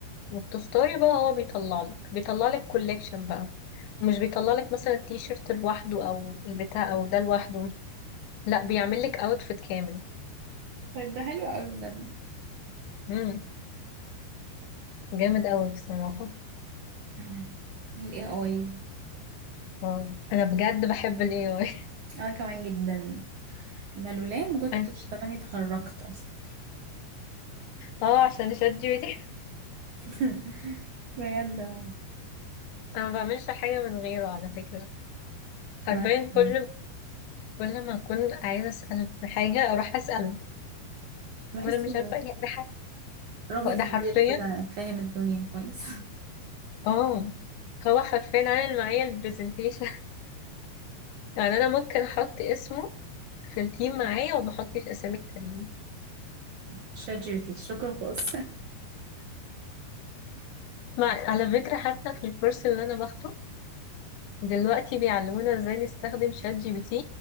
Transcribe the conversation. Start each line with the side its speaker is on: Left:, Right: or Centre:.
Left: وبتختاري بقى هو بيطلعلك بيطلعلك كوليكشن بقى مش بيطلع لك مثلا التيشيرت لوحده او البتاع او ده لوحده لا بيعمل لك اوتفيت كامل
Right: طيب ده حلو قوي بجد
Left: امم جامد قوي بصراحه
Right: مم. ال AI
Left: اه انا بجد بحب الاي اي
Right: انا كمان جدا انا لولاه ما كنتش
Left: <laughs> أنا-
Right: زماني اتخرجت اصلا
Left: اه عشان شات جي بي تي <laughs>
Right: <laughs> بجد اهو.
Left: انا ما بعملش حاجه من غيره على فكره حرفيا
Right: وانا كمان.
Left: كل كل ما اكون عايزه اساله في حاجه اروح اساله
Right: بحسه
Left: وانا مش عارفه ايه ده حاجه
Right: راجل
Left: ده حرفيا
Right: كبير كده فاهم الدنيا كويس <laughs>
Left: اه هو حرفيا عامل معايا البرزنتيشن <laughs> يعني انا ممكن احط اسمه في التيم
Right: مم.
Left: معايا وما احطش اسامي التانيين
Right: شات جي بي تي شكرا خالص
Left: مع على فكرة حتى في الكورس اللي أنا باخده دلوقتي بيعلمونا ازاي نستخدم شات جي بي تي